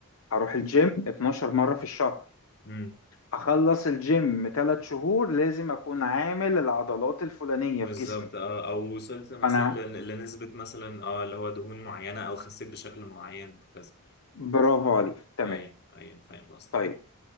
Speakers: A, on the left; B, on the left.
A: هروح الجيم 12 مرة في الشهر
B: امم
A: هخلص الجيم ثلاث شهور لازم اكون عامل العضلات الفلانية
B: بالظبط
A: في جسمي
B: اه او وصلت مثلا
A: انا
B: لن- لنسبة مثلا اه اللي هو دهون معينة او خسيت بشكل معين وهكذا
A: برافو عليك تمام
B: ايوه ايوه فاهم قصدك
A: طيب